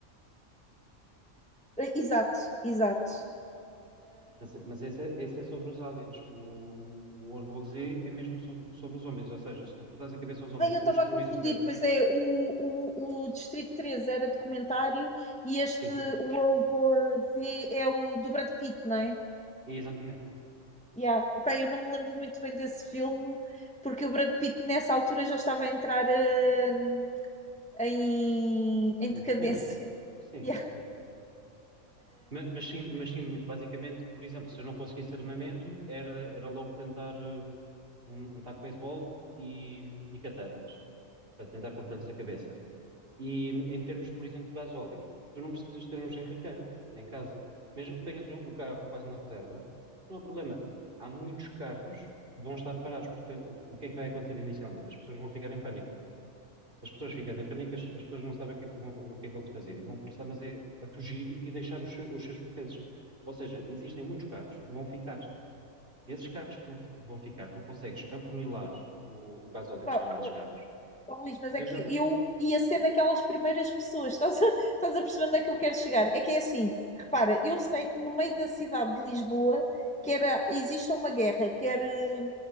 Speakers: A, in the centre; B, on the right.
A: Ah, Exato, exato.
B: Mas, mas esse, é- esse é sobre os aliens. O, o World War Z é mesmo sobre, sobre os zombies. Ou seja, se tu cortares a cabeça ao zombie
A: Ai, eu
B: ou
A: estava
B: destruís
A: a confundir,
B: o cérebro,
A: pois é, o, o, o Distrito 13 era documentário e este
B: sim,
A: World War Z é o do Brad Pitt, não é?
B: é exatamente.
A: Yeah. Epá, eu não me lembro muito bem desse filme, porque o Brad Pitt nessa altura já estava a entrar eh, em, em
B: Em
A: decadência.
B: declínio.
A: <laughs>
B: Sim,
A: Yeah.
B: sim, sim. Ma- Mas, sim, mas sim, muito basicamente, por exemplo, se eu não conseguisse armamento, era, era logo tentar eh, um, um taco de beisebol e, e katanas, para tentar cortar-lhes a cabeça. E em termos, por exemplo, de gasóleo, tu não precisas ter um GRK em casa. Mesmo que tenhas o o carro quase na reserva, não há problema. Há muitos carros que vão estar parados, porque o o que é que vai acontecer inicialmente? As pessoas vão ficar em pânico. As pessoas ficando em pânico, as, as pessoas não sabem o que é que vão, o que é que vão fazer e vão começar, mas é, a fugir e deixar os, seus- os seus pertences. Ou seja, existem muitos carros que vão ficar. Esses carros que vão vão ficar, tu consegues afunilar o, o gasóleo
A: Pá,
B: que está nesses
A: oh,
B: carros
A: oh, Luís, mas é
B: e
A: que
B: usar.
A: eu ia ser daquelas primeiras pessoas, <laughs> estás a, estás a perceber onde é que eu quero chegar? É que é assim, repara,
B: Ok.
A: eu sei que no meio da cidade de Lisboa quer, existe uma guerra, quer eh,